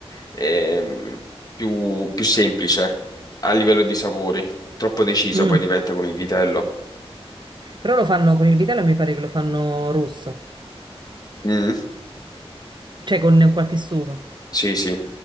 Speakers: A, on the left (about 40°); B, on the right (about 45°).
A: e, mm, più, più semplice a livello di sapori. Troppo deciso
B: Mm.
A: poi diventa con il vitello.
B: Però lo fanno con il vitello e mi pare che lo fanno rosso,
A: Mm,
B: cioè con qualche sugo.
A: sì, sì.